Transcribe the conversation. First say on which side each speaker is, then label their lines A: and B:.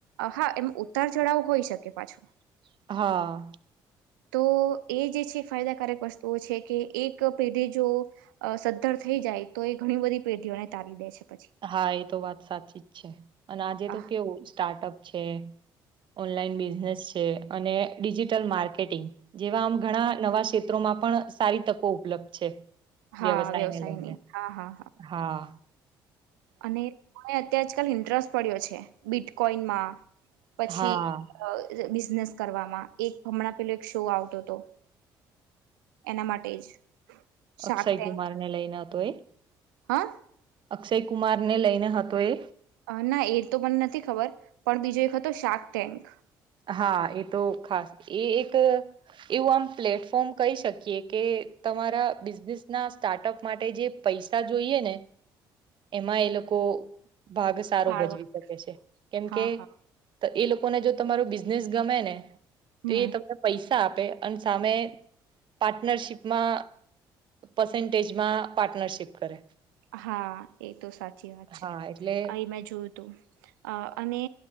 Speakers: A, on the right; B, on the right.
A: હા એમ ઉતાર ચઢાવ હોઈ શકે પાછો.
B: <inaudible>
A: તો એ જે છે ફાયદાકારક વસ્તુઓ છે કે એક પેઢી જો સદ્ધર થઈ જાય તો એ ઘણી બધી પેઢીઓને તારી દે છે. પછી
B: હા એ તો વાત સાચી જ છે અને આજે તો
A: આહ
B: કેવું સ્ટાર્ટઅપ છે. ઓનલાન બિઝનેસ છે અને ડિજિટલ માર્કેટિંગ જેવા આમ ઘણા નવા ક્ષેત્રોમાં પણ સારી તકો ઉપલબ્ધ છે.
A: હા
B: વ્યવસાય
A: વ્યવસાયની
B: ને લઈને
A: હા હા
B: હા.
A: અને મને અત્યારે આજકાલ ઇન્ટરેસ્ટ પડ્યો છે બિટકોઈન માં પછી.
B: હા
A: બિ કરવામાં એક હમણાં પેલો એક શો આવતો હતો એના માટે જ શાર્ક
B: અક્ષય
A: ટેન્ક
B: કુમાર ને લઈને હતો એ.
A: <inaudible>
B: અક્ષય કુમાર ને લઈને હતો એ.
A: ના એ તો મને નથી ખબર પણ બીજો એક હતો શાક ટેન્ક
B: હા એ તો ખાસ એ એક એવું આમ પ્લેટફોર્મ કહી શકીએ કે તમા બિને ના સ્ટાર્ટઅપ માટે જે પૈસા જોઈએ ને એ લોકો ભાગ સારો
A: ફાળવા
B: ભજવી શકે છે કેમકે
A: હા હા
B: એ લોકોને જો. તમા બિઝનેસ ગમે ને
A: હમ
B: તો એ તને પૈસા- આપે અને સામે પાર્ટનરશીપમાં પર્સેન્ટેજમાં પાર્ટનરશીપ કરે.
A: હા એ તો સાચી વાત છે
B: હા એટલે
A: અ મેં જોયું તું. અ અને